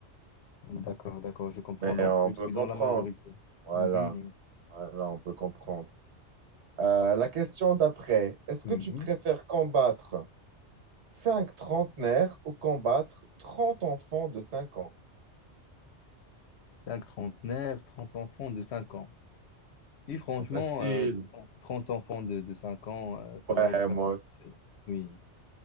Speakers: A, on the left; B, on the right.
A: d'accord, d'accord, je comprends.
B: Mais
A: Donc,
B: on
A: je
B: peut
A: suis
B: comprendre.
A: dans la majorité.
B: Voilà,
A: Mhm.
B: voilà, on peut comprendre. Euh, la question d'après, est-ce
A: Mhm.
B: que tu préfères combattre Cinq trentenaires au combattre 30 enfants de 5 ans.
A: Cinq trentenaires, 30 enfants de cinq ans. Oui, franchement,
B: C'est facile.
A: euh, 30 enfants de, de 5 ans, euh, ça
B: Ouais,
A: va être...
B: moi
A: euh, vite
B: aussi.
A: fait. oui.